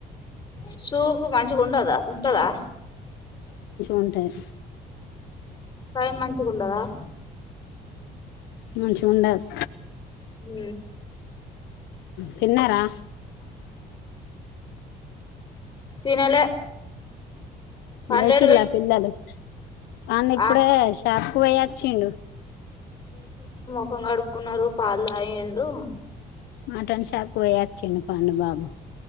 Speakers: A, on the left; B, on the left.
A: అ సుపు మంచిగా ఉండదా ఉంటదా
B: ఉంటాయి
A: ఫ్రై మంచిగాండదా
B: మంచిగా ఉండదు
A: ఉ
B: తిన్నారా
A: తినలే పండేడు
B: లేషిల్లా
A: పోయిండు
B: పిల్లలు కాని ఇప్పుడే
A: ఆ
B: షాప్కు పోయా చిండు
A: ముంగా కడుక్కున్నారు పాాలయ హ
B: మటన్ సాప్ప ఆచిడు పాడు బబ